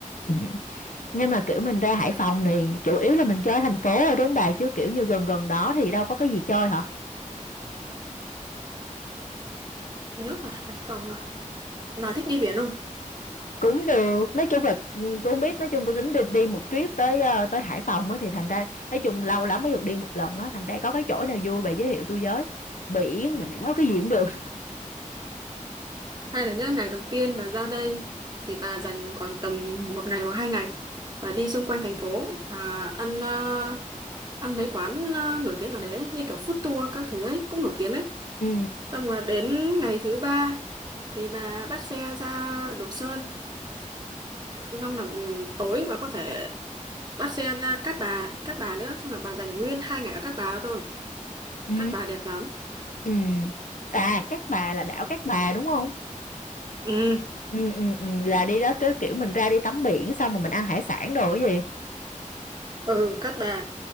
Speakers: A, on the left; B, on the right.
A: ừ. Nhưng mà kiểu mình ra Hải Phòng thì chủ yếu là mình chơi thành phố rồi đúng không bà chứ kiểu như gần gần đó thì đâu có cái gì chơi hả?
B: nếu mà Hải Phòng mà bà thích đi biển không
A: Cũng được, nói chung là ừ, tôi không biết, nói chung tôi tính đi, đi một trip tới ờ, tới Hải Phòng á thì thành ra nói chung lâu lắm mới được đi một lần á, thành ra có cái chỗ nào vui bà giới thiệu tôi với. Biển, đảo cái gì cũng được.
B: hay là những ngày đầu tiên bà ra đây thì bà dành khoảng tầm một ngày hoặc hai ngày và đi xung quanh thành phố và ăn ờ, ăn mấy quán ờ, nổi tiếng ở đấy ấy, như kiểu food tour các thứ ấy cũng nổi tiếng đấy
A: Ừ,
B: xong rồi đến ngày thứ ba thì bà bắt xe ra Đồ Sơn xong là ừ, tối bà có thể bắt xe ra Cát Bà Cát Bà nữa xong là bà dành nguyên hai ngày ở Cát Bà thôi
A: ừ,
B: Cát Bà đẹp lắm.
A: ừ. À, Cát Bà là đảo Cát Bà đúng không?
B: Ừ,
A: Ừ, ừ, ừ. Là đi đó cứ kiểu mình ra đi tắm biển xong rồi mình ăn hải sản đồ cái gì?
B: ừ, Cát Bà.